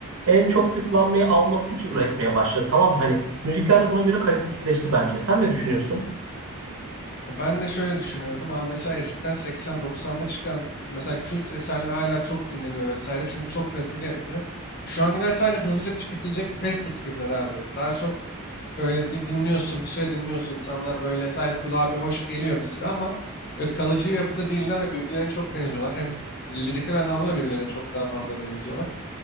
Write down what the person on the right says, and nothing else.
en çok tıklanmayı alması için üretmeye başladı. Tamam mı? Hani müzikler de buna göre kalitesizleşti bence. Sen ne düşünüyorsun?